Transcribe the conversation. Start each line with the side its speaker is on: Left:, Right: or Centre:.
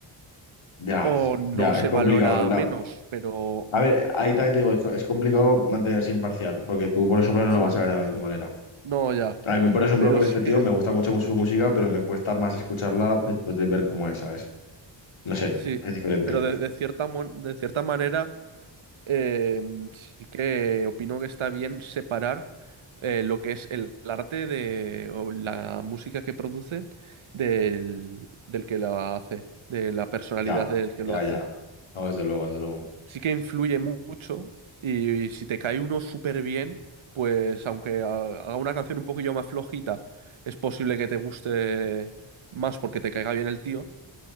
Left: ya,
Right: o no
Left: ya,
Right: se
Left: es complicado.
Right: valora
Left: la-
Right: menos, pero
Left: A ver, ahí también te digo, es, co- es complicado mantenerse imparcial, porque tú, por ejemplo, no
Right: sí,
Left: lo vas a ver de la misma manera.
Right: no ya,
Left: A mí, por ejemplo,
Right: pero
Left: con
Right: sí
Left: este
Right: que,
Left: tío me gusta mucho, mucho su música, pero me cuesta más escucharla después de ver cómo es, ¿sabes? No sé,
Right: sí,
Left: es diferente.
Right: pero de, de cierta, mon- de cierta manera Em, sí que opino que está bien separar eh, lo que es el arte de, o la música que producen del, del que la hace, de la personalidad
Left: Ya,
Right: del que
Left: ya,
Right: lo hace.
Left: ya. No, desde luego, desde luego.
Right: Sí que influye mu- mucho y, si te cae uno súper bien, pues aunque ha- haga una canción un poquillo más flojita, es posible que te guste más porque te caiga bien el tío,